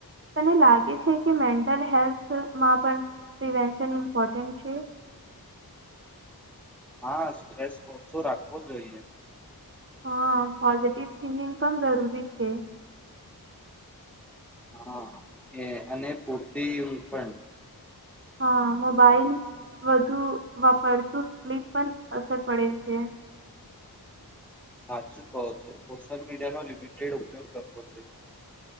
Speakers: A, on the right; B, in the centre.
A: તને લાગે છે કે મેન્ટલ હેલ્થમાં પણ પ્રિવેન્શન ઇમ્પોર્ટન્ટ છે.
B: હા સ્ટ્રેસ ઓછું રાખવો જોઈએ.
A: હા પોઝિટિવ થિંકિંગ પણ જરૂરી છે.
B: હા એ અને પૂતિ ઉલ્પણ.
A: હા મોબાઈલ વધુ વાપરતું સ્લીપ પણ અસર પડે છે.
B: સાચું કહો છો સોશિયલ મીડિયાનો લિમિટેડ ઉપયોગ કરવો જોઈએ.